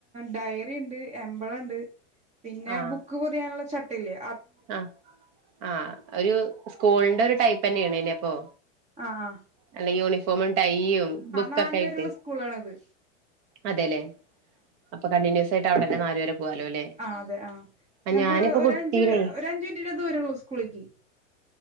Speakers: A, on the right; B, on the right.
A: ഡയറി ഇണ്ട് എമ്പളം ഇണ്ട് പിന്നെ
B: ആഹ്
A: ബുക്ക് പൊതിയാനുള്ള ച ട്ടില്ല്യ
B: ആഹ് ആഹ് ഒരൂ സ് കോളിന്റെ ഒരു ടൈപ്പന്നേണ്ലെ അപ്പോ
A: ആ ആഹ്
B: അല്ല യൂണിഫോമും ടയ്യും ബുക്കൊക്കെ
A: നാല്
B: ആയിട്ട്
A: വരെയുള്ള സ്കൂളാണിത്
B: അതെലെ ഇപ്പ കണ്ടിനുസ്സായിട്ട് അവിടെന്നെ നാല് വരെ പോവാലോല്ലേ
A: ആഹ് അതെ ആഹ്
B: ആഹ്
A: ഞങ്ങക്കിവിടെ
B: ഞാനിപ്പോ
A: ഒരു
B: കുട്ടീനെ
A: അജ്ജ് അഞ്ചു മിനിറ്റിന്റെ ദൂരൊള്ളു സ്കൂളിക്ക്